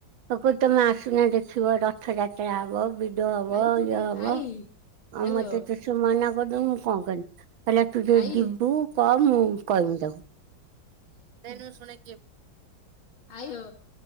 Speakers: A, on the right; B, on the left.
A: ପପୁ ତମେ ଆସୁନା ଦେଖିବ ରଥଯାତ୍ରା ହବ। ବି ଭିଡ଼ ହବ
B: ଆଇ ତୁ
A: ଇଏ
B: ଟିକେ
A: ହବ
B: ଆଇ ହାଲୋ
A: ଆଉ ମତେ ତ ସେ ମନା ବଡ ମୁଁ କଣ କରି ହେଲେ ତୁ ଯଦି
B: ଆଇ
A: ଯିବୁ କ ମୁଁ କହିମି ତାକୁ। ଦେ ନି ମୁଁ ଶୁଣେ କିଏ?
B: ଆଇ ଓ